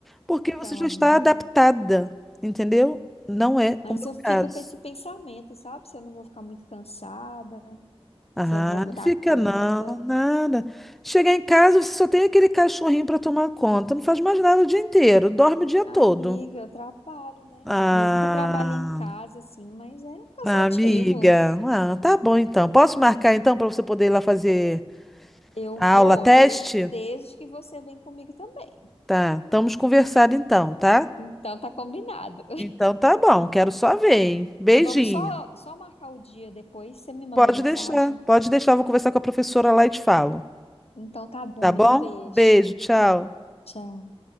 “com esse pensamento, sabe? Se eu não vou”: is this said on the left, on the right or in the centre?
Left